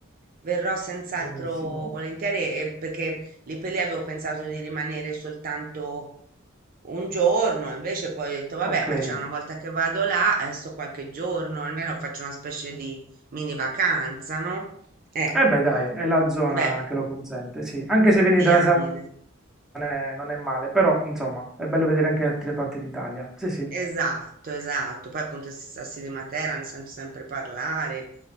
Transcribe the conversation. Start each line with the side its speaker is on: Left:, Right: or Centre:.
Right: Verrò senz'altro
Centre: Benissimo,
Right: volentieri eh, perché lì per lì avevo pensato di rimanere soltanto un giorno, invece poi ho detto, vabbè,
Centre: ok.
Right: ma
Centre: Eh
Right: c'è una volta che vado là, adesso qualche giorno, almeno faccio una specie di mini vacanza, no? Eh,
Centre: beh, dai, è la zona
Right: beh,
Centre: che lo consente, sì. Anche se vieni
Right: diamine.
Centre: dalla Sardegna non è non è male, però, insomma, è bello vedere anche altre parti d'Italia. Sì, sì.
Right: Esatto, esatto. Poi appunto si Sassi di Matera ne sento sempre parlare